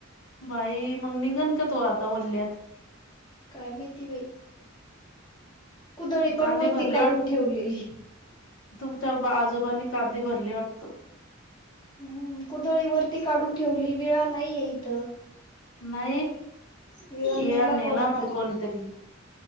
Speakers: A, on the left; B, on the left.
A: बाई मग निघन का तू आता वल्यात?
B: काय माहिती बाई, कुदळी पण
A: कांदे
B: वरती
A: भरले
B: काढून
A: वाट
B: ठेवलेली.
A: तुमच्या बा, आजोबांनी कांदे भरले वाटत?
B: हम्म, कुदळी वरती काढून ठेवली, विळा नाहीये इथं.
A: नाही,
B: विळा
A: इळा नेला
B: कोणा
A: मग
B: तरी
A: कोणीतरी